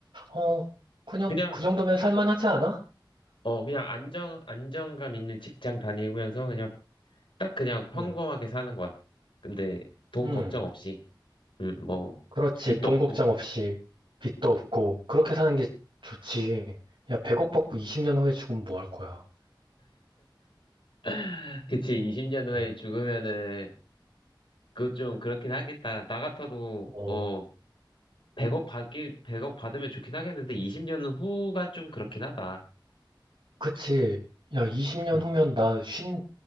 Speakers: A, on the right; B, on the left.
A: 어, 그냥
B: 그냥,
A: 그 정도면 살만하지 않아?
B: 어, 그냥 안정, 안정감 있는 직장 다니면서 그냥 딱 그냥 평범하게
A: 응,
B: 사는 거야. 근데 돈
A: 응.
B: 걱정 없이, 음, 뭐,
A: 그렇지.
B: 빚도
A: 돈
B: 없고.
A: 걱정 없이 빚도 없고, 그렇게 사는 게 좋지. 야, 100억 받고 20년 후에 죽으면 뭐 할 거야?
B: <laughs> 그치, 20년 후에
A: 어,
B: 죽으면은, 그것 좀 그렇긴 하겠다. 나 같아도
A: 어.
B: 뭐, 100억 받기, 100억 받으면 좋긴 하겠는데, 20년 후가 좀 그렇긴 하다.
A: 그치. 야, 20년
B: 응.
A: 후면 나 쉰,